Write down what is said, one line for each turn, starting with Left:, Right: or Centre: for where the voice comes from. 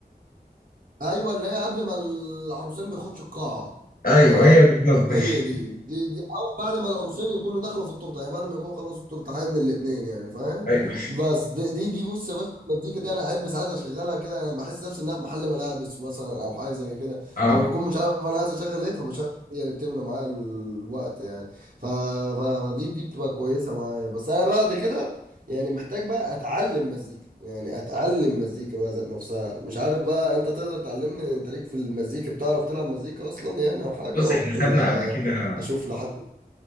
Right: ايوه اللي هي قبل ما العروسين بيخشوا القاعه
Left: ايوه
Right: فاهم
Left: هي بالظبط
Right: هي
Left: <laughs>
Right: دي. دي دي او بعد ما العروسين يكونوا دخلوا في التورته يعني بعد ما يكونوا خلصوا التورته من الاثنين يعني فاهم
Left: ايوه
Right: بس دي دي, دي بص يا باشا المزيكا دي انا احب ساعات اشغلها كده انا بحس نفسي انها في محل ملابس مثلا او حاجه زي كده
Left: <laughs> اه
Right: لما بكون مش عارف انا عايز اشغل ايه فبشغل إيه يعني بتملى معايا الوقت يعني ف... ف... فدي دي بتبقى كويسه معايا بس انا بعد كده يعني محتاج بقى اتعلم مزيكا يعني اتعلم مزيكا بقى ذات نفسها مش عارف بقى انت تقدر تعلمني انت ليك في المزيكا بتعرف تلعب مزيكا اصلا يعني او حاجه
Left: بص احنا
Right: ولا
Left: خدنا قبل كده
Right: اشوف لحد